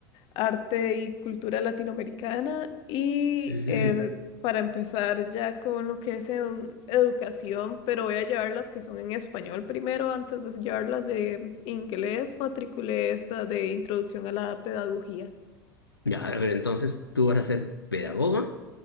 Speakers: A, on the left; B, on the left.
A: arte y cultura latinoamericana y
B: Ujú.
A: eh, para empezar ya con lo que es em, educación, pero voy a llevar las que son en español primero antes de llevar las de inglés, matriculé esta de introducción a la pedagogía.
B: Ya, a ver, entonces tú vas a ser pedagoga,